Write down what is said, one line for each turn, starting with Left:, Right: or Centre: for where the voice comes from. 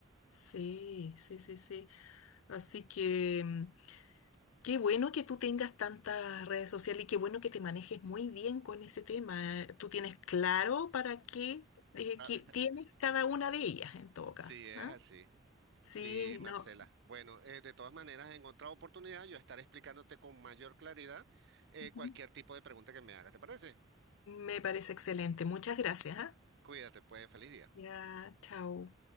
Left: sí, sí, sí, sí. Así que mm, qué bueno que tú tengas tantas redes sociales y qué bueno que te manejes muy bien con ese tema. Tú tienes claro para qué, eh,
Right: Ah,
Left: qué tienes
Right: <laughs>
Left: cada una de ellas en todo
Right: Sí,
Left: caso,
Right: es
Left: ¿ah?
Right: así.
Left: Sí,
Right: Sí, Marcela.
Left: no.
Right: Bueno, eh, de todas maneras, en otra oportunidad yo estaré explicándote con mayor claridad eh,
Left: ujú.
Right: cualquier tipo de pregunta que me hagas. ¿Te parece?
Left: Me parece excelente. Muchas gracias, ¿ah?
Right: Cuídate, pues, feliz día.
Left: Ya, chao.